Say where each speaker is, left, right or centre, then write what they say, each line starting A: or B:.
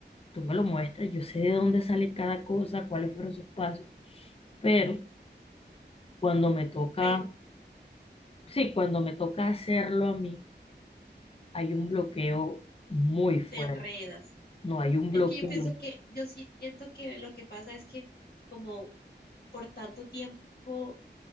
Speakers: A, on the left; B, on the left.
A: tú me lo muestras, yo sé de dónde sale cada cosa, cuáles fueron sus pasos, pero cuando me toca,
B: pero
A: sí, cuando me toca hacerlo a mí, hay un bloqueo muy fuerte,
B: te enredas.
A: no hay un bloqueo.
B: Es que yo pienso que, yo siento que lo que pasa es que como por tanto tiempo